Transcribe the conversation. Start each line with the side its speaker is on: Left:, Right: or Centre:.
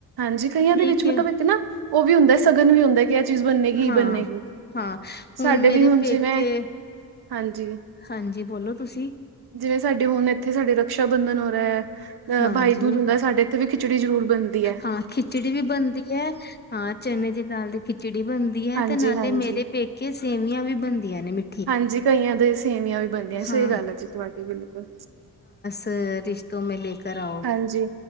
Right: ਹਾਂਜੀ ਕਈਆਂ
Left: ਠੀਕ
Right: ਦੇ ਵਿੱਚ
Left: ਹੈ
Right: ਮਤਲਬ ਇੱਕ ਨਾ ਉਹ ਵੀ ਹੁੰਦਾ ਸਗਨ ਵੀ ਹੁੰਦਾ। ਕਿ ਇਹ ਚੀਜ਼ ਬੰਨੇਗੀ ਹੀ
Left: ਹਾਂ-
Right: ਬੰਨੇਗੀ
Left: ਹਾਂ ਹੁਣ
Right: ਸਾਡੇ
Left: ਮੇਰੇ
Right: ਵੀ
Left: ਪੇਕੇ
Right: ਜਿਵੇਂ ਹਾਂਜੀ।
Left: ਹਾਂਜੀ ਬੋਲੋ ਤੁਸੀਂ।
Right: ਜਿਵੇਂ ਸਾਡੇ ਹੁਣ ਐਥੇ ਸਾਡੇ ਰਕਸ਼ਾ ਬੰਧਨ ਹੋ ਰੈ ਐ।
Left: ਹਾਂਜੀ
Right: ਅ ਬਾਈ ਦੂਜ ਹੁੰਦਾਂ ਐ, ਸਾਡੇ ਇੱਥੇ ਵੀ ਖਿਚੜੀ ਜ਼ਰੂਰ ਬਣਦੀ ਐ।
Left: ਹਾਂ ਖਿਚੜੀ ਵੀ ਬਣਦੀ ਐ, ਹਾਂ ਚਨੇ ਦੀ ਦਾਲ਼ ਦੀ ਖਿਚੜੀ ਬਣਦੀ ਐ
Right: ਹਾਂਜੀ
Left: ਤੇ ਨਾਲੇ
Right: ਹਾਂਜੀ
Left: ਮੇਰੇ ਪੇਕੇ ਸੇਵੀਆਂ ਵੀ ਬਣਦੀਆਂ ਨੇ ਮਿੱ
Right: ਹਾਂਜੀ ਕਈਆਂ ਦੇ ਸੇਵੀਆਂ ਵੀ ਬਣਦੀਆਂ,
Left: ਹਾਂ
Right: ਸਈ ਗੱਲ ਐ ਜੀ ਤੁਹਾਡੀ ਬਿਲਕੁਲ।
Left: ਤੇ ਰਿਸ਼ਤੋ ਮੈਂ ਲੈ ਕਰ ਆਓ,
Right: ਹਾਂਜੀ